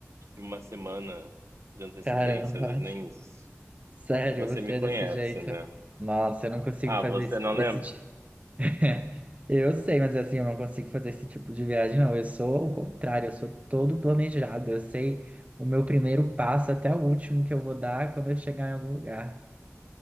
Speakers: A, on the right; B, on the right.
A: De uma semana de antecedência,
B: Caramba,
A: às vezes nem isso.
B: sério,
A: Você
B: você
A: me
B: é
A: conhece,
B: desse jeito?
A: né?
B: Nossa, eu não consigo
A: Ah,
B: fazer
A: você
B: esse,
A: não lembra?
B: esse tipo. <laughs> Eu sei, mas assim, eu não consigo fazer esse tipo de viagem, não. Eu sou o contrário, eu sou todo planejado. Eu sei o meu primeiro passo até o último que eu vou dar quando eu chegar em algum lugar.